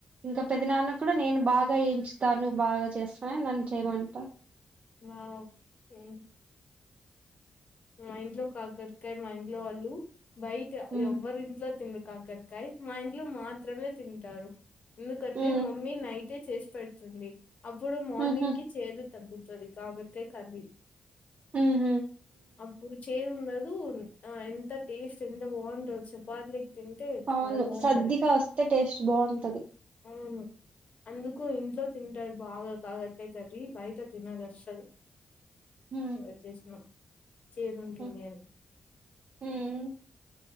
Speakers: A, on the right (about 55°); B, on the left (about 55°).
A: ఇంకా పెద్ద నాన్న కూడా నేను బాగా ఎయించుతానువవు బాగా చేస్తానని నన్ను చేయమంట
B: ఓకే మా ఇంట్లో కాగరకాయ మా ఇంట్లో వాళ్ళు బయట
A: హ్మ్
B: ఎవరి ఇంట్లో తినరు కాకరకాయ మా ఇంట్లో మాత్రమే తింటారు ఎందుకంటే
A: హ్మ్
B: మమ్మీ నైట్ చేసి పెడుతుంది అప్పుడు మార్నింగ్కి
A: హుహు
B: చేదు తగ్గుతుంది కాబట్టే కర్రీ
A: ఉహూ
B: అప్పుడు చేదు ఉండదు ఆ ఎంత టేస్ట్ ఎంత బాగుంటో చపాతిల తింటే చాలా
A: అవును
B: బాగుంటది
A: సద్దిగా వస్తే టేస్ట్ బావుంటది.
B: అవును అందుకు ఇంట్లో తింటారు బాగా కాకరకాయ కర్రీ బయట తినరు అస్సలు
A: హ్మ్
B: వచ్చేసినయి చేదు ఉంటుంది
A: హ్మ్
B: అది
A: హ్మ్